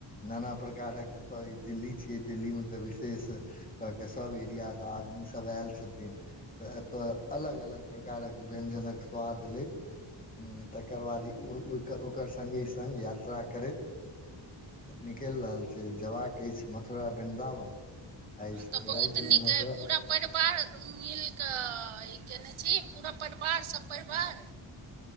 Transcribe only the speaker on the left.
नाना प्रकारक एतय ई दिल्ली छियै दिल्लीमे तऽ विशेष अके सभ एरियासँ आदमीसभ आयल छथिन। तऽ एतय अलग अलग प्रकारक व्यञ्जनक स्वाद लेैत। ह तकर बाद ओकर ओकर संगे संग यात्रा करैत निकलि रहल छै जबाक अछि मथुरा वृन्दावन आइ
रातिमे
मथुरा